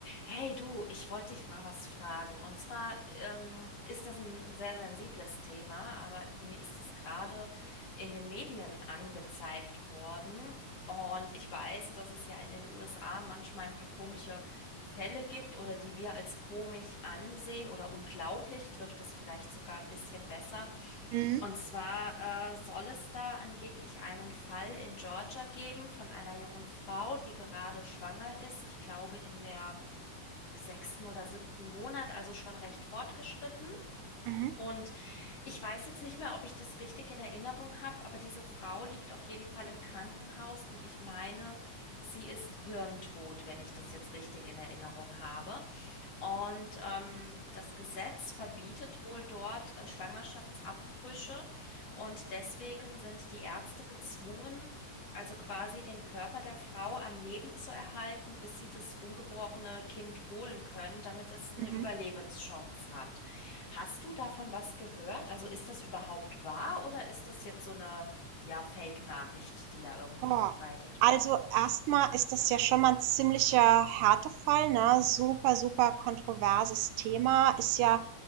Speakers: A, on the left; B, on the right.
A: Hey du, ich wollte dich mal was fragen. Und zwar ähm, ist das ein sehr sensibles Thema, aber mir ist es gerade in den Medien angezeigt worden. Und ich weiß, dass es ja in den USA manchmal ein paar komische Fälle gibt oder die wir als komisch ansehen oder unglaublich, trifft es vielleicht sogar ein bisschen besser.
B: Mhm,
A: Und zwar äh, soll es da angeblich einen Fall in Georgia geben von einer jungen Frau, die gerade schwanger ist. Ich glaube, in der sechsten oder siebten Monat, also schon recht fortgeschritten.
B: mhm,
A: Und ich weiß jetzt nicht mehr, ob ich das richtig in Erinnerung habe, aber diese Frau liegt auf jeden Fall im Krankenhaus und ich meine, sie ist hirntot, wenn ich das jetzt richtig in Erinnerung habe. Und ähm, das Gesetz verbietet wohl dort äh, Schwangerschaftsabbrüche und deswegen sind die Ärzte gezwungen, also quasi den Körper der Frau am Leben zu erhalten, bis sie das ungeborene Kind holen können, damit es eine
B: mhm.
A: Überlebenschance hat. Hast du davon was gehört? Also ist das überhaupt wahr oder ist das jetzt so eine, ja, Fake-Nachricht, die da irgendwie
B: Boah.
A: verbreitet
B: Also
A: wird?
B: erstmal ist das ja schon mal ein ziemlicher Härtefall, ne? Super, super kontroverses Thema. Ist ja